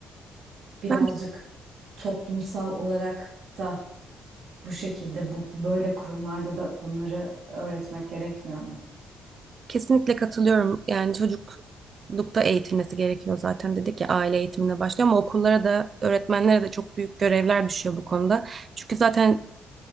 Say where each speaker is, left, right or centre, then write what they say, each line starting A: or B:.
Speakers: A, on the right; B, on the right.
A: birazcık
B: Ben
A: toplumsal olarak da bu şekilde bu böyle kurumlarda da bunları öğretmek gerekmiyor mu?
B: kesinlikle katılıyorum. Yani çocuklukta eğitilmesi gerekiyor zaten dedik ya aile eğitimine başlıyor ama okullara da öğretmenlere de çok büyük görevler düşüyor bu konuda. Çünkü zaten